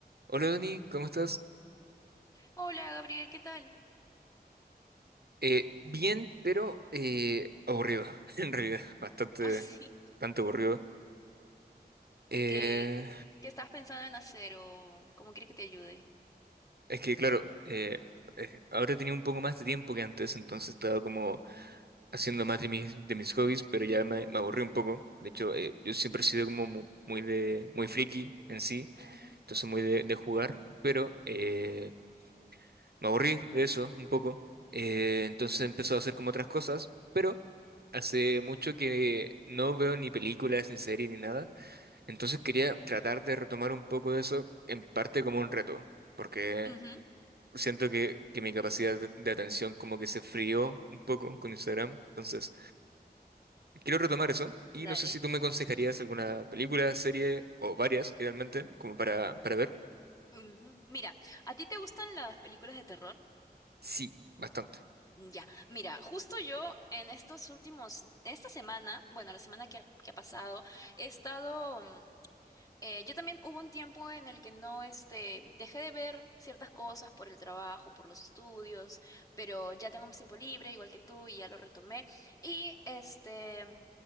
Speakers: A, on the right; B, on the left.
A: Hola Dani, ¿cómo estás?
B: Hola Gabriel, ¿qué tal?
A: Eh, bien, pero eh, aburrido, <laughs> en realidad, bastante,
B: <laughs> Así.
A: bastante aburrido. Eh,
B: ¿Y qué, qué estás pensando en hacer o cómo quieres que te ayude?
A: es que, claro, eh, eh, ahora tenía un poco más de tiempo que antes, entonces estaba como haciendo más de mis, de mis hobbies, pero ya me, me aburrí un poco. De hecho, eh, yo siempre he sido como mu- muy, de, muy friki en sí,
B: Ujú.
A: entonces muy de, de jugar, pero eh, me aburrí de eso un poco. Eh, entonces empezó a hacer como otras cosas. pero Hace mucho que no veo ni películas, ni series, ni nada. Entonces quería tratar de retomar un poco de eso, en parte como un reto, porque
B: Ujú,
A: siento que, que mi capacidad de de atención como que se frió un poco con Instagram. Entonces, quiero retomar eso y
B: Dale.
A: no sé si tú me aconsejarías alguna película, serie o varias, idealmente, como para, para ver.
B: Ujú. Mira, ¿a ti te gustan las películas de terror?
A: Sí, bastante.
B: Ya, mira, justo yo en estos últimos, esta semana, bueno, la semana que ha, que ha pasado, he estado, mm, eh, yo también hubo un tiempo en el que no, este, dejé de ver ciertas cosas por el trabajo, por los estudios, pero ya tengo más tiempo libre, igual que tú, y ya lo retomé. Y este...